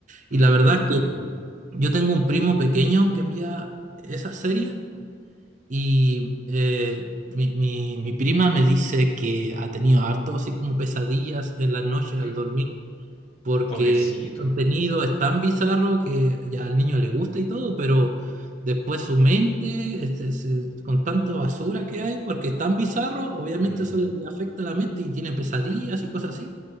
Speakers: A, on the right; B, on the left.
A: Y
B: Mm,
A: la verdad es que yo tengo un primo pequeño que veía esa serie Y eh, mi, mi- mi prima me dice que ha tenido harto así como pesadillas en las noches al
B: mm,
A: dormir, porque
B: pobrecito.
A: el contenido es tan bizarro que ya al niño le gusta y todo, pero después su mente, este, se- con tanta basura que hay, porque es tan bizarro, obviamente
B: Mm.
A: eso le, le afecta a la mente y tiene pesadillas y cosas así,